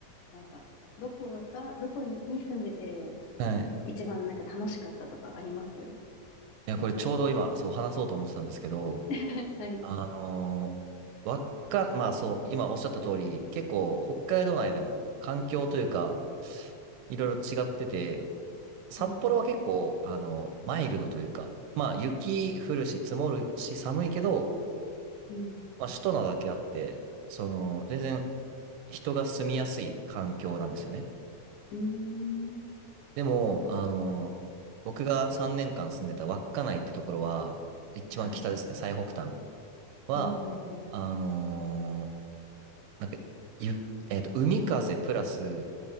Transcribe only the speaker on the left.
なんか、どこが、どこに住んでて、
一番なんか楽しかったとかあります
<laughs> はい。
うん。
うん。
うーん。
はい。
うんうん